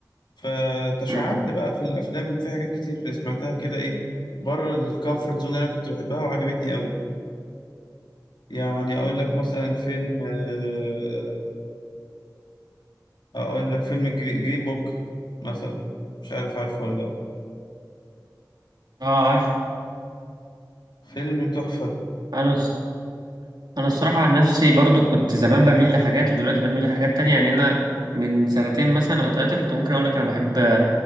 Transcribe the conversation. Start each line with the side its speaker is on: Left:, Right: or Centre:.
Left: فتشعبت
Right: مم.
Left: بقى في الافلام في حاجات كتير سمعتها كده ايه بره الكومفورت زون اللي انا كنت بحبها وعجبتني قوي يعني اقول لك مثلا فيلم أه آه، اقول لك فيلم جرين بوك مثلا مش عارف عارفه ولا لا
Right: اه عارف
Left: فيلم تحفة
Right: انا الص- انا الصراحه عن نفسي برضو كنت زمان بميل لحاجات ودلوقتي بميل لحاجات تانية يعني انا من سنتين مثلا او ثلاثه كنت ممكن اقول لك انا بحب